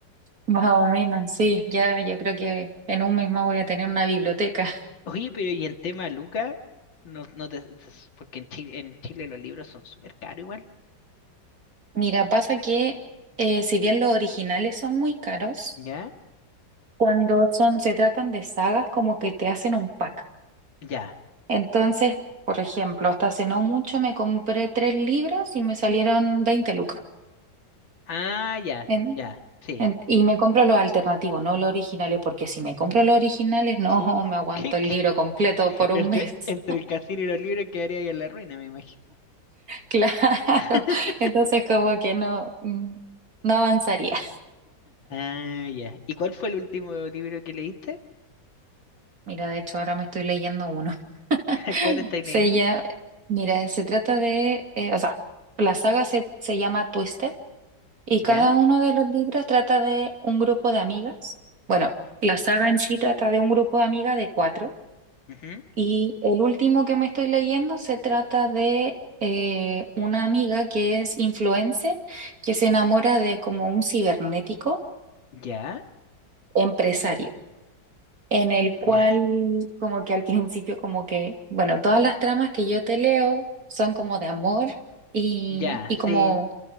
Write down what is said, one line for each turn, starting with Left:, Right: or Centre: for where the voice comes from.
Right: Más o menos, sí, ya yo creo que en un mes más voy a tener una biblioteca.
Left: Oye, pero y en tema Luca, no, no te- porque en Chile, en Chile los libros son súper caros igual.
Right: Mira, pasa que eh, si bien los originales son muy caros,
Left: ¿Ya?
Right: Cuando son, se tratan de sagas, como que te hacen un pack.
Left: Ya.
Right: Entonces, por ejemplo, hasta hace no mucho me compré tres libros y me salieron 20 lucas.
Left: Ah, ya,
Right: En-
Left: ya, sí.
Right: en- y me compro los alternativos, no los originales, porque si me compro los originales, no
Left: Uf,
Right: me
Left: <laughs>
Right: aguanto
Left: ¿qué-
Right: el
Left: qué?
Right: libro completo por un
Left: Entre,
Right: mes.
Left: entre
Right: <laughs>
Left: el casino y los libros quedaría ahí en la ruina, me imagino.
Right: Claro.
Left: <laughs>
Right: Entonces, como que no, mm, no avanzaría.
Left: Ah, ya. ¿Y cuál fue el último libro que leíste?
Right: Mira, de hecho, ahora me estoy leyendo uno.
Left: <laughs>
Right: <laughs>
Left: ¿Cuál estáis
Right: Se
Left: leyendo?
Right: llama, mira, se trata de, eh, o sea, la saga se, se llama Twisted. Y
Left: ¿Ya?
Right: cada uno de los libros trata de un grupo de amigas. Bueno, la saga en sí trata de un grupo de amigas de cuatro.
Left: Ujú.
Right: Y el último que me estoy leyendo se trata de eh, una amiga que es influencer, que se enamora de como un cibernético
Left: ¿Ya?
Right: empresario, en el cual
Left: ¿Ya? <laughs>
Right: como que al principio como que, bueno, todas las tramas que yo te leo son como de amor y,
Left: Ya,
Right: y
Left: sí.
Right: como...